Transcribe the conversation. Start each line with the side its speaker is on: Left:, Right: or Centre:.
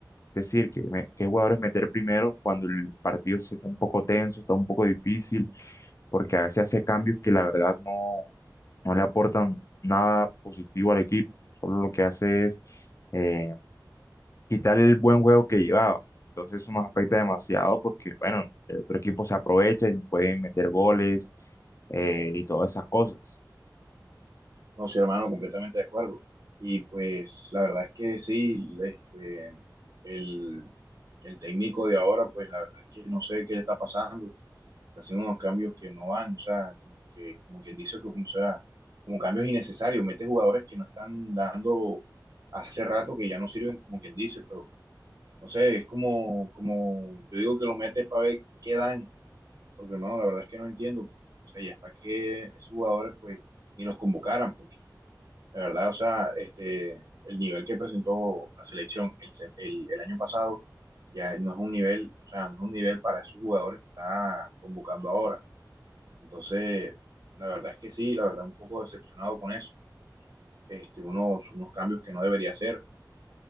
Left: es decir, qué, me- qué jugadores meter primero cuando el partido se está un poco tenso, está un poco difícil porque a veces hace cambios que la verdad no, no le aportan nada positivo al equipo, solo lo que hace es eh, quitar el buen juego que llevaba. Entonces eso nos afecta demasiado porque, bueno, el otro equipo se aprovecha y nos pueden meter goles eh, y todas esas cosas.
Right: no, sí, hermano, completamente de acuerdo. Y pues la verdad es que sí, este, el, el técnico de ahora, pues la verdad es que no sé qué le está pasando. está haciendo unos cambios que no van, o sea, como, que, como quien dice, como, o sea, como cambios innecesarios, mete jugadores que no están dando hace rato que ya no sirven, como quien dice, pero no sé, es como, como yo digo que los metes para ver qué dan, porque hermano, la verdad es que no entiendo, o sea, ya es para que esos jugadores pues ni los convocaran, porque la verdad, o sea, este, el nivel que presentó la selección el, sem- el, el año pasado ya no es un nivel, o sea, no es un nivel para esos jugadores que está convocando ahora entonces, la verdad es que sí, la verdad un poco decepcionado con eso. Este, unos, unos cambios que no debería hacer.